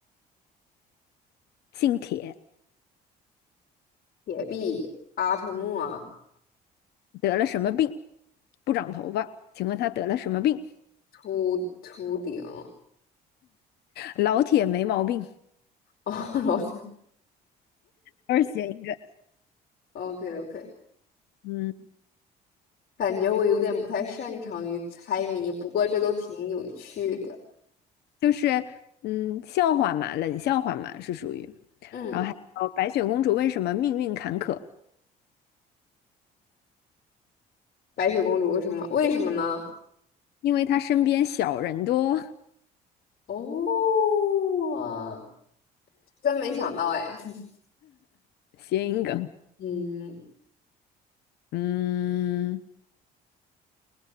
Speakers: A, on the left; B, on the left.
A: 姓铁
B: 铁臂、阿童木啊，
A: 得了什么病？不长头发，请问他得了什么病？
B: 秃秃顶。<laughs>
A: 老铁没毛病，
B: 哦，老铁。
A: 都是谐音梗。
B: o k o k
A: 嗯，
B: 感觉我有点不太擅长于猜谜，不过这都挺有趣的。
A: 就是嗯，笑话嘛，冷笑话嘛，是属于。
B: 嗯，
A: 哦，白雪公主为什么命运坎坷？
B: 白雪公主为什么？为什么呢？
A: 因为他身边小人多，
B: 哦，真没想到哎。<laughs>
A: 谐音梗。
B: 嗯，
A: 嗯，